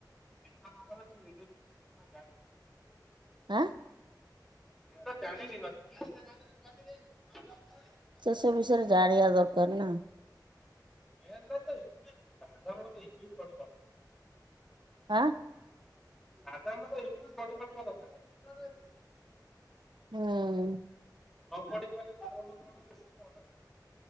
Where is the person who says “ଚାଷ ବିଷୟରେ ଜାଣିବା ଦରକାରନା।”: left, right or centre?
Right